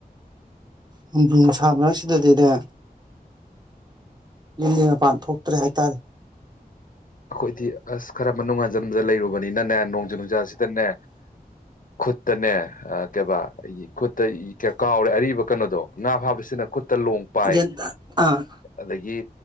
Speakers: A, on the right; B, on the left.
A: ꯅꯣꯡꯖꯨ ꯅꯨꯡꯁꯥ ꯃꯔꯛ ꯁꯤꯗꯗꯤꯅꯦ ꯌꯨꯝꯂꯩ ꯃꯄꯥꯟ ꯊꯣꯛꯇ꯭ꯔꯦ ꯍꯥꯏꯇꯥꯔꯦ
B: ꯑꯩꯈꯣꯏꯗꯤ ꯑꯁ ꯀꯔꯝꯕ ꯅꯨꯡꯉꯥꯟꯖꯟꯕꯗ ꯂꯩꯔꯨꯕꯅ ꯅꯤꯅꯅꯦ ꯅꯣꯡꯖꯨ ꯅꯨꯡꯖꯥꯁꯤꯗꯅꯦ ꯈꯨꯠ ꯇꯅꯦ ꯀꯩꯕꯥ ꯑꯩ ꯈꯨꯠꯇ ꯀꯥꯎꯔꯦ ꯑꯔꯤꯕ ꯀꯩꯅꯣꯗꯣ ꯉꯥ ꯐꯥꯕꯗ ꯁꯤꯖꯤꯅꯕ ꯈꯨꯠ ꯇꯂꯣꯡ ꯄꯥꯏ
A: ꯒ꯭ꯌꯥꯟ ꯇꯥ ꯑꯥ
B: ꯑꯗꯒꯤ